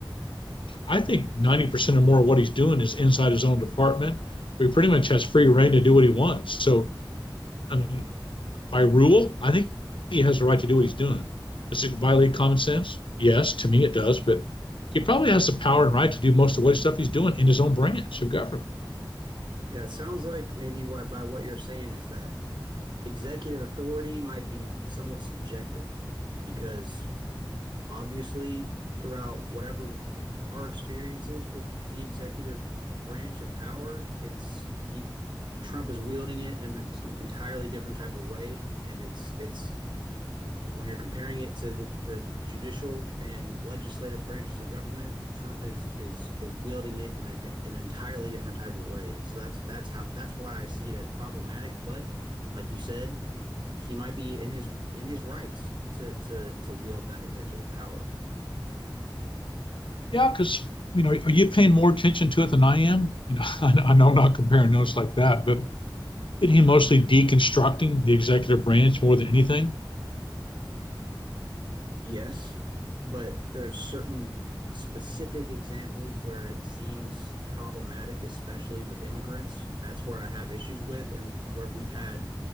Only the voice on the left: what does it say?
I think 90% or more of what he's doing is inside his own department. He pretty much has free reign to do what he wants. So, I mean, by rule, I think he has the right to do what he's doing. Does it violate common sense? Yes, to me it does, but he probably has the power and right to do most of what stuff he's doing in his own branch of government.
Yeah, because you know, are you paying more attention to it than I am? You know, <laughs> I I know I'm not comparing notes like that, but isn't he mostly deconstructing the executive branch more than anything?